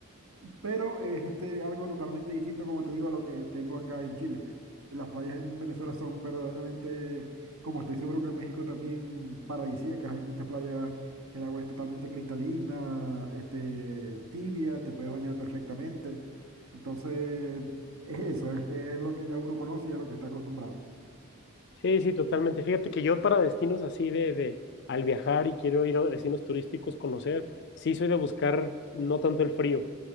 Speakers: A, on the right; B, on the left.
A: pero es este, algo totalmente distinto, como te digo, a lo que tengo acá en Chile. Las playas en Venezuela son verdaderamente, como estoy seguro que en México también, paradisíacas. Hay muchas playas que el agua es totalmente cristalina, este, tibia, te puedes bañar perfectamente. Entonces, es eso, es, es lo que ya uno conoce y a lo que está acostumbrado.
B: Sí, sí, totalmente. Fíjate que yo para destinos así de, de al viajar y quiero ir a destinos turísticos, conocer, sí soy de buscar no tanto el frío.